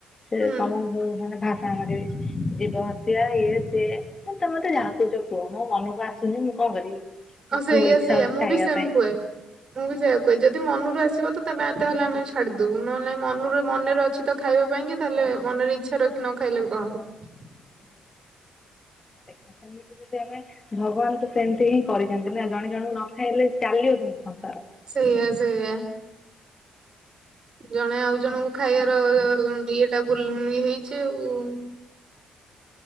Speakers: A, on the left; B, on the right.
A: ସେ
B: ହୁଁ
A: ତମ ଯଉ ମାନେ ଭା ଆମର ବି ଜୀବ ହତ୍ୟା ଇଏ ସିଏ ତମେ ମତେ ଯାହା କହୁଛ କୁହ ମୋ ମନକୁ ଆସ ଆସୁନି ମୁଁ କଣ କରିବି?
B: ହଁ
A: ମତେ
B: ସେଇଆ
A: ଇଚ୍ଛା
B: ସେଇଆ
A: ହଉଛି
B: ମୁଁ
A: ଖାଇବା
B: ବି ସେମ୍
A: ପାଇଁ
B: କୁହେ। ମୁଁ ବି ସେୟା କୁହେ ଯଦି ମନୁରୁ ଆସିବ ତ <unintelligible> ଆମେ ବି ଛାଡିଦବୁ ନହେଲେ ନାଇ ମନ ରୁ ମନରେ ଅଛି ତ ଖାଇବା ପାଇଁ କି ତାହେଲେ ମନରେ ଇଚ୍ଛା ରଖି ନ ଖାଇଲେ ବି କଣ ହବ। <inaudible>
A: ଦେଖ ସେମତି ଯଦି ଆମେ ଭଗବାନ୍ ତ ସେମିତି ହିଁ କରିଚନ୍ତି ନା ଜଣେ ଜଣଙ୍କୁ ନ ଖାଇଲେ ଚାଲିବ କେମିତି ସଂସାର।
B: ସେଇଆ -ସେଇଆ। ଜଣେ ଆଉ ଜଣଙ୍କୁ ଖାଇବାର ଇଏଟା ବୁଲ୍- ଇଏ ହେଇଚି ଆଉ।